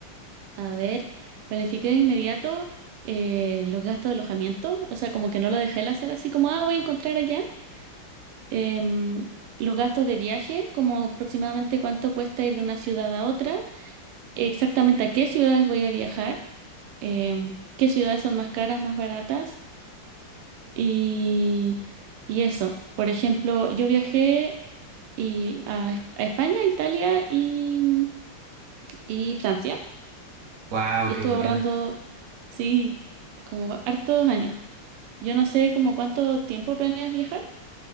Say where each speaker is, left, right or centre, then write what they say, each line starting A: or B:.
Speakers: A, on the right; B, on the right.
A: A ver, planifiqué de inmediato eh, los gastos de alojamiento, o sea, como que no lo dejé el hacer así como, ah, voy a encontrar allá. Em, los gastos de viaje, como aproximadamente cuánto cuesta ir de una ciudad a otra, exactamente a qué ciudades voy a viajar, em, qué ciudades son más caras, más baratas y, y eso. Por ejemplo, yo viajé y a, a España, Italia y, y Francia.
B: Wow,
A: y
B: qué
A: estuve
B: buena.
A: ahorrando, sí, como hartos años. Yo no sé como cuánto tiempo planeas viajar.